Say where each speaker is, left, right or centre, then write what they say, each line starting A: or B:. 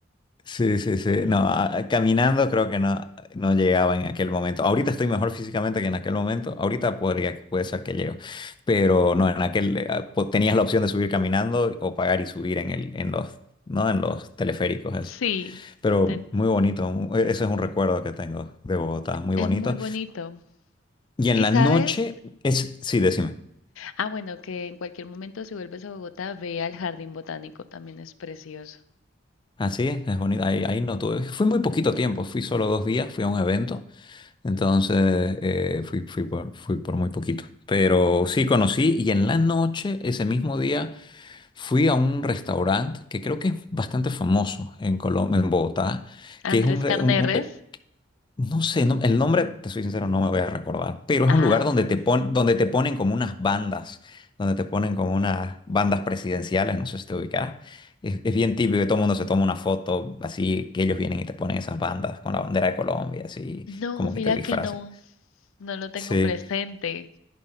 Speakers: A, on the left (about 25°); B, on the left (about 80°).
A: Sí, sí, sí. No, a- caminando creo que no, no llegaba en aquel momento. Ahorita estoy mejor físicamente que en aquel momento. Ahorita podría, puede ser que llego. Pero no, en aquel eh, ah, po- tenías la opción de subir caminando o pagar y subir en el, en los, ¿no? En los teleféricos, eso.
B: Sí,
A: Pero
B: te
A: muy bonito. mu- e- Ese es un recuerdo que tengo de Bogotá, muy
B: Es
A: bonito.
B: muy bonito.
A: Y en
B: Y
A: la
B: sabes,
A: noche es, sí, decime.
B: ah, bueno, que en cualquier momento si vuelves a Bogotá, ve al Jardín Botánico, también es precioso.
A: Así es, es bonito. Ahí, ahí no tuve. Fui muy poquito tiempo, fui solo dos días, fui a un evento. Entonces eh, fui, fui por, fui por muy poquito. Pero sí conocí y en la noche, ese mismo día, fui a un restaurante que creo que es bastante famoso en Colombia, en Bogotá,
B: Andrés
A: que es un, re-
B: Carneres.
A: un- un- eh, no sé, no- el nombre, te soy sincero, no me voy a recordar, pero
B: Ah,
A: es un lugar
B: ok.
A: donde te pon- donde te ponen como unas bandas, donde te ponen como unas bandas presidenciales, no sé si te ubicas. Es, es bien típico que todo el mundo se toma una foto así, que ellos vienen y te ponen esas bandas con la bandera de Colombia, así
B: No,
A: como
B: mira
A: que te disfrazan.
B: que no, no lo tengo
A: Sí,
B: presente.